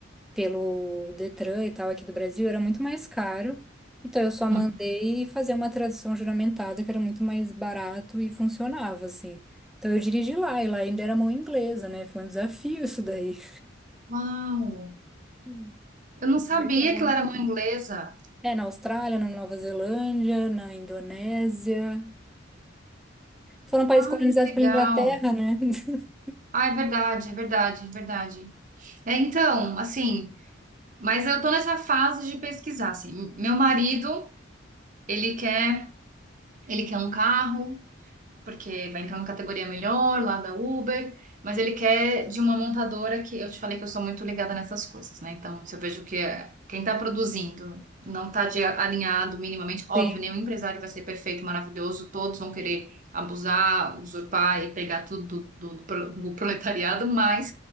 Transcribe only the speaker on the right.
Uhum.
Uau!
Eu não sabia
que ela era mãe inglesa.
Ah,
que legal.
Ah, é verdade, é verdade, é verdade. É, então, assim, mas eu tô nessa fase de pesquisar, assim. Meu marido, ele quer, ele quer um carro, porque vai entrar na categoria melhor lá da Uber, mas ele quer de uma montadora que eu te falei que eu sou muito ligada nessas coisas, né? Então, se eu vejo que eh, quem está produzindo não está alinhado minimamente, óbvio,
nenhum empresário vai ser perfeito, maravilhoso, todos vão querer abusar, usurpar e pegar tudo do, do pro- do proletariado, mas